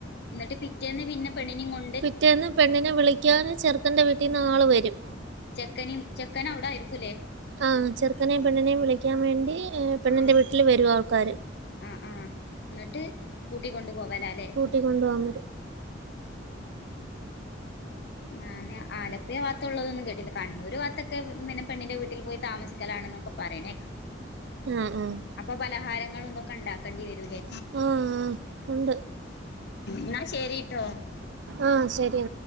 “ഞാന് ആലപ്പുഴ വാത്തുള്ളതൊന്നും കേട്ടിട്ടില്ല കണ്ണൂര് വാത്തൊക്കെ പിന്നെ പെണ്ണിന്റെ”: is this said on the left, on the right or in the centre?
Left